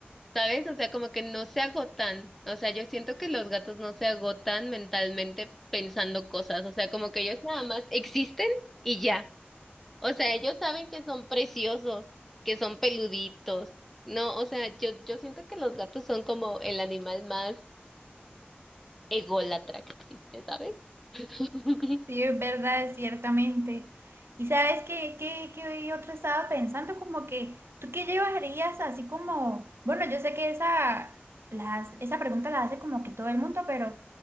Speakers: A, in the centre; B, on the right.
A: ¿sabes? O sea, como que no se agotan. O sea, yo siento que los gatos no se agotan mentalmente pensando cosas. O sea, como que ellos nada más existen y ya. O sea, ellos saben que son preciosos, que son peluditos. No, o sea, yo, yo siento que los gatos son como el animal más ególatra que existe, ¿sabes? <laughs>
B: Sí, es verdad, ciertamente. ¿Y sabes qué, qué, qué otro estaba pensando? Como que, ¿tú qué llevarías así como, bueno, yo sé que esa, las, esa pregunta la hace como que todo el mundo, pero